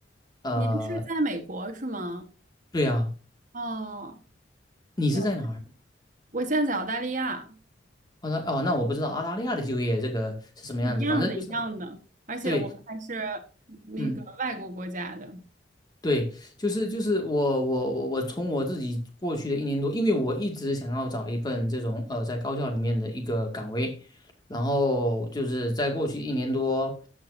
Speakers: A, on the left; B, on the right.
A: 呃，
B: 您是在美国是吗？
A: 对啊，
B: 哦，
A: 你是在哪儿？
B: 呀我现在在澳大利亚，
A: 我说哦，那我不知道澳大利亚的就业这个是什么样子，
B: 一样的，
A: 反正就是
B: 一样的，而且我们还是
A: 对，
B: 那个外国国家的，
A: 嗯。对，就是就是我我我我从我自己过去的一年多，因为我一直想要找一份这种呃在高校里面的一个岗位，然后就是在过去一年多，